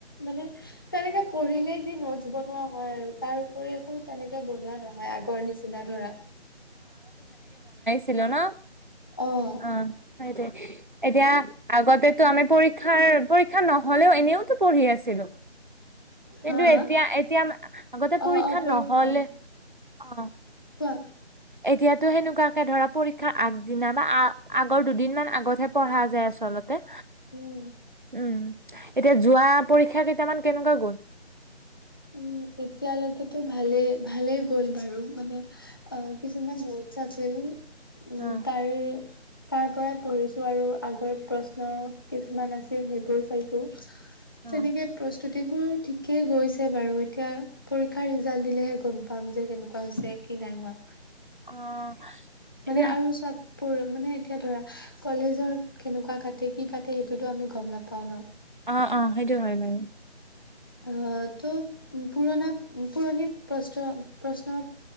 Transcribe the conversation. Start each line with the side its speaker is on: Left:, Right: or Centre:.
Left: মানে তেনেকে পঢ়িলে যি নোটছ বনোৱা। হয় আৰু তাৰ উপৰি একো তেনেকে বনোৱা নহয় আগৰ নিচিনা ধৰা।
Right: ছিলো ন
Left: অ',
Right: অহ। সেইটোৱে এতিয়া আগততো আমি পৰীক্ষাৰ পৰীক্ষা নহলেও এনেওতো পঢ়ি আছিলো। কিন্তু
Left: হা হা
Right: এতিয়া, এতিয়া আগতে
Left: অ',
Right: পৰীক্ষা
Left: অ',
Right: নহ'লে
Left: অ',
Right: অ'।
Left: কোৱা।
Right: এতিয়াতো সেনেকুৱাকে ধৰা পৰীক্ষাৰ আগদিনা বা আ, আগৰ দুদিন মান আগতহে পঢ়া যায় আচলতে।
Left: উম।
Right: উম, এতিয়া, যোৱা পৰীক্ষা কেইটামান কেনেকুৱা গ'ল?
Left: উম এতিয়ালৈকেটো ভালেই, ভালে গ'ল বাৰু। মানে অ', কিছুমান নোটচ আছিল উম,
Right: অ',
Left: তাৰে তাৰ পৰাই পঢ়িছো আৰু, আগৰ প্ৰশ্ন কিছুমান আছিল, সেইবোৰ চাইছোঁ।
Right: অ',
Left: তেনেকে প্ৰস্তুতিবোৰ ঠিকে গৈছে। <unintelligible> বাৰু এতিয়া পৰীক্ষাৰ ৰিজাল্ট দিলেহে গম পাম যে কেনেকুৱা হৈছে কি নাই হোৱা।
Right: অ' এতিয়া
Left: মানে আৰু চাত পৰি মানে এতিয়া ধৰা কলেজত কেনেকুৱা কাটে কি কাটে সেইটোতো আমি গম নাপাও ন।
Right: অ অ সেইটো হয় বাৰু।
Left: অহ ত পুৰণা পুৰণি প্ৰশ্ন প্ৰশ্ন।